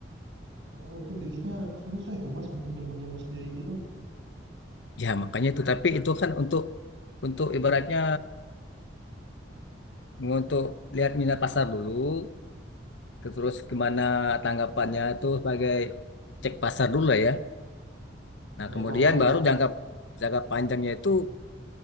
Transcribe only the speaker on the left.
Ya, makanya itu. Tapi itu kan untuk untuk ibaratnya untuk lihat minat pasar dulu, terus gimana tanggapannya itu sebagai cek pasar dulu lah ya. Nah,
kemudian
baru
jangka
jangka panjangnya itu